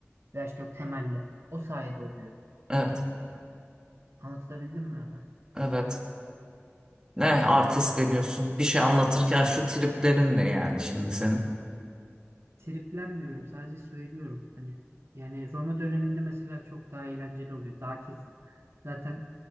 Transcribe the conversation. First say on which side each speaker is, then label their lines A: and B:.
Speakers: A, on the right; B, on the right.
A: veya işte o temelle. O sayede oluyor.
B: Evet,
A: Anlatabildim mi?
B: evet. Ne artistleniyorsun? Bir şey anlatırken şu triplerin ne yani şimdi senin?
A: triplenmiyorum. Sadece söylüyorum. Hani yani Roma döneminde mesela çok daha eğlenceli oluyor. Daha kesin. Zaten